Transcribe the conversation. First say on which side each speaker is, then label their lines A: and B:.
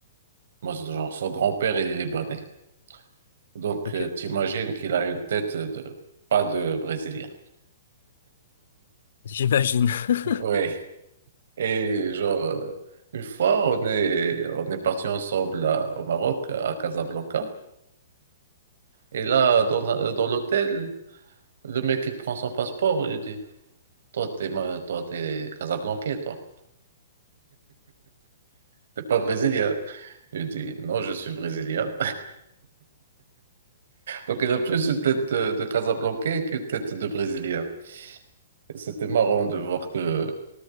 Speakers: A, on the right; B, on the left.
A: Moi, c'est genre, son grand-père, il est libanais. Donc,
B: Ok,
A: euh, t'imagines qu'il a une tête de pas de Brésilien.
B: j'imagine. <laughs>
A: Oui. Et genre, euh, une fois, on est on est parti ensemble à- au Maroc, à Casablanca. Et là, dans un- dans l'hôtel, le mec, il prend son passeport. Il dit, toi, t'es ma- toi, t'es Casablancais, toi. T'es pas brésilien. Il dit, non, je suis brésilien. Donc il a plus une tête de, de Casablanca qu'une tête de Brésilien. Et c'était marrant de voir que